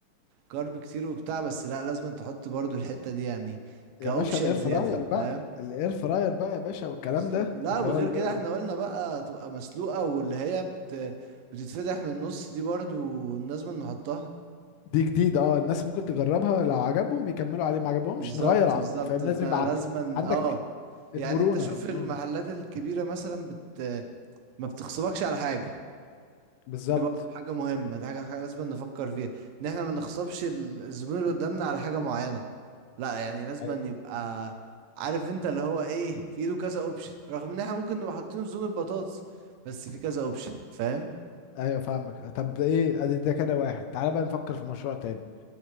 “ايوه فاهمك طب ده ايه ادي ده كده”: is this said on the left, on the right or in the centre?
Left